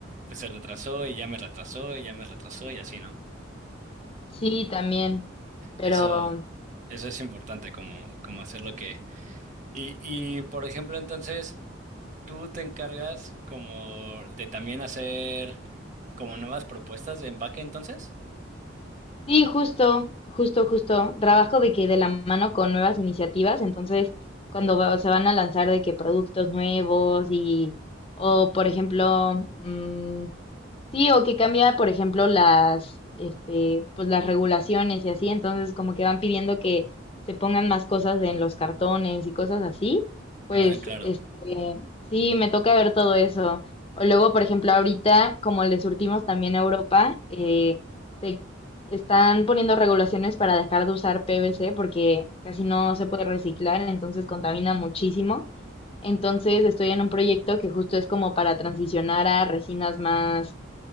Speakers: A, on the right; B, on the left.
A: pues se retrasó y ya me retrasó y ya me retrasó y así, ¿no?
B: Sí, también. Pero
A: Eso, eso es importante, como, como hacer lo que Y, y por ejemplo, entonces, tú te encargas como de también hacer como nuevas propuestas de empaque, entonces.
B: sí, justo, justo, justo. Trabajo de que de la mano con nuevas iniciativas, entonces cuando va- se van a lanzar de que productos nuevos y, o por ejemplo, mm, Sí, o que cambia, por ejemplo, las, este, pues las regulaciones y así, entonces como que van pidiendo que se pongan más cosas en los cartones y cosas así, pues,
A: Ah, claro.
B: este, sí, me toca ver todo eso. O luego, por ejemplo, ahorita, como le surtimos también a Europa, eh, se están poniendo regulaciones para dejar de usar PVC porque casi no se puede reciclar, entonces contamina muchísimo. Entonces estoy en un proyecto que justo es como para transicionar a resinas más